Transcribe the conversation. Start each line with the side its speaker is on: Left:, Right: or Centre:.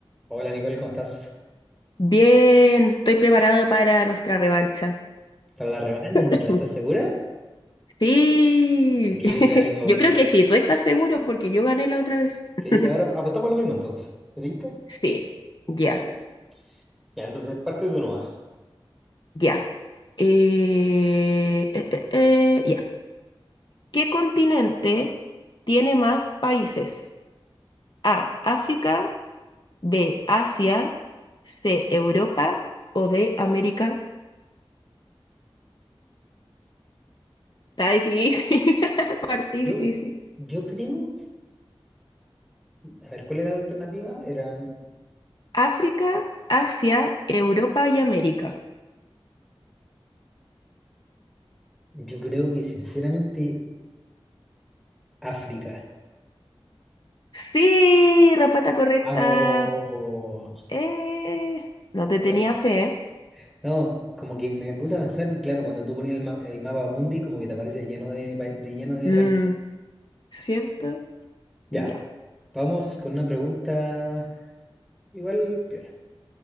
Centre: Hola Nicole, ¿cómo estás?
Left: Bien, estoy preparado para nuestra revancha.
Centre: Para la revancha,
Left: <laughs>
Centre: ¿estás segura?
Left: Sí,
Centre: Porque
Left: <laughs>
Centre: yo hoy día vengo.
Left: yo creo
Centre: ¿eh?
Left: que sí, tú estás seguro porque yo gané la otra vez.
Centre: Sí,
Left: <laughs>
Centre: ahora apostamos lo mismo entonces. ¿Te tinca?
Left: Sí, ya,
Centre: ¿Ya? Ya, entonces parte de uno más.
Left: ya. Eh, eh, eh, eh, ya. ¿Qué continente tiene más países? A, África, B, Asia, C, Europa o D, América. Está difícil, <laughs> parte difícil.
Centre: Yo, yo creo. A ver, ¿cuál era la alternativa? Eran.
Left: África, Asia, Europa y América.
Centre: Yo creo que sinceramente África.
Left: Sí, respuesta correcta.
Centre: Vamos.
Left: Eh, no te
Centre: Pero-
Left: tenía fe, ¿eh?
Centre: No, como que me puse a pensar y claro, cuando tú ponías el, ma- el mapa mundi, como que te aparece lleno de, pa- de lleno de
Left: Mm,
Centre: rayitas.
Left: ¿cierto?
Centre: Ya.
Left: Ya.
Centre: Vamos con una pregunta igual piola.